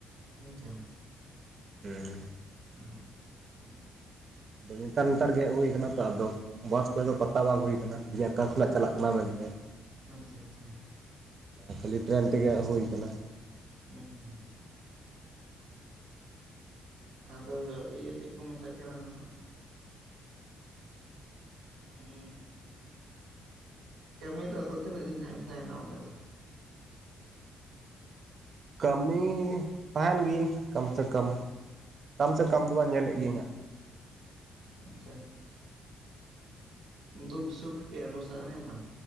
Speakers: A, on the right; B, on the right.
A: ᱟᱪᱪᱷᱟ
B: ᱦᱮᱸ᱾
A: ᱚ ᱴᱷᱤᱠ ᱜᱮᱭᱟ
B: ᱟᱫᱚ ᱱᱮᱛᱟᱨ ᱱᱮᱛᱟᱨ ᱜᱮ ᱦᱩᱭ ᱟᱠᱟᱱᱟ ᱛᱚ ᱟᱫᱚ ᱵᱟᱥ ᱠᱚᱨᱮ ᱫᱚ ᱯᱟᱛᱟ ᱵᱟᱝ ᱦᱩᱭ ᱠᱟᱱᱟ ᱡᱮ ᱚᱠᱟ ᱠᱷᱚᱱᱟᱜ ᱪᱟᱞᱟᱜ ᱠᱟᱱᱟ ᱢᱮᱱᱛᱮ
A: ᱟᱪᱪᱷᱟ ᱪᱷᱟ᱾
B: ᱠᱷᱟᱹᱞᱤ ᱴᱨᱮᱹᱱ ᱛᱮᱜᱮ ᱦᱩᱭ ᱟᱠᱟᱱᱟ
A: ᱦᱩᱸᱩ ᱟᱫᱚ ᱤᱭᱟᱹ ᱪᱮᱫ ᱠᱚ ᱢᱮᱛᱟᱜ ᱠᱟᱱᱟ ᱱᱟᱦᱟᱜ ᱦᱩᱸᱜ ᱠᱟᱹᱢᱤ ᱫᱚ ᱟᱫᱚ ᱛᱤᱱᱟᱹᱜ ᱫᱤᱱ ᱦᱟᱸᱜ ᱮᱢ ᱛᱟᱦᱮᱱᱟ ᱚᱸᱰᱮ ᱫᱚ?
B: ᱠᱟᱹᱢᱤ ᱛᱟᱦᱮᱱ ᱜᱮ ᱠᱚᱢ ᱥᱮ ᱠᱚᱢ ᱠᱚᱢ ᱥᱮ ᱠᱚᱢ ᱫᱚ ᱵᱟᱝ ᱧᱮᱞᱮᱫ ᱜᱤᱭᱟᱹᱧᱦᱟᱜ
A: ᱟᱪᱪᱷᱟ ᱫᱩᱠ ᱥᱩᱠ ᱜᱮ ᱚᱱᱩᱥᱟᱨ ᱦᱮᱸ ᱵᱟᱝ